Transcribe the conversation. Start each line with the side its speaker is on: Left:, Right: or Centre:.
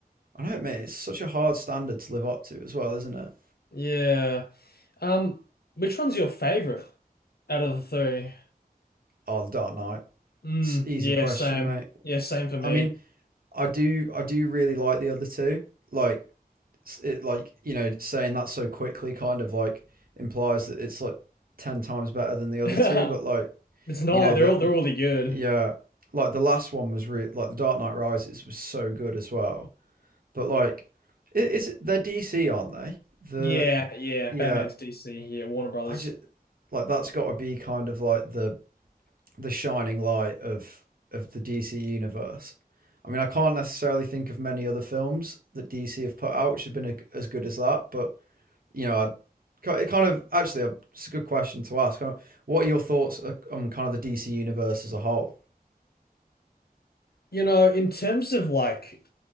Right: I don't know, mate, it's such a hard standard to live up to as well, isn't it?
Left: Yeah. Um, which one's your favorite out of the three?
Right: Oh, the Dark Knight.
Left: Mm,
Right: It's an easy
Left: yeah,
Right: question,
Left: same.
Right: mate.
Left: Yeah, same for me.
Right: I mean, I do I do really like the other two. Like it, like you know saying that so quickly kind of like implies that it's like 10 times better than the other
Left: <laughs>
Right: two but like
Left: It's not.
Right: you know the
Left: They're all they're really good.
Right: yeah like the last one was really like the dark knight rises was so good as well but like it, it's they're dc aren't they the
Left: Yeah, yeah.
Right: yeah
Left: Batman's DC. Yeah, Warner Brothers.
Right: i just like that's got to be kind of like the the shining light of of the dc universe I mean, I can't necessarily think of many other films that DC have put out which have been a, as good as that, but you know, I, it kind of actually it's a good question to ask. What are your thoughts uh, on kind of the DC universe as a whole?
Left: You know, in terms of like